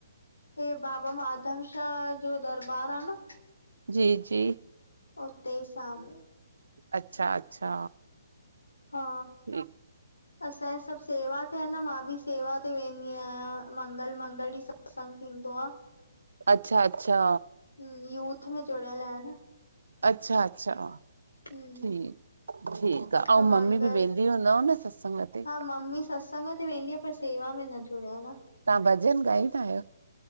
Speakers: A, on the left; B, on the right.
A: ते बाबा माधव शाह जो दरबार आ न
B: जी जी
A: उते ई सामू।
B: अच्छा अच्छा
A: हा
B: ठीक
A: असांजे सब सेवा ते आहिन न, मां बि सेवा ते वेंदी आयां, मंगल मंगल ॾीह सत्संग थींदो आ।
B: अच्छा अच्छा
A: हम्म, यूथ में जुड़ियल आंया न।
B: अच्छा अच्छा,
A: हम
B: ठीक ठीकु आ
A: त
B: ऐं
A: मंगल
B: ममी बि वें दी हूंदव न न सत्संग ते
A: हा ममी सत्संग ते वेंदी आहे पर सेवा में न जुड़िया ह न
B: तव्हां भॼन ॻाईंदा आहियो?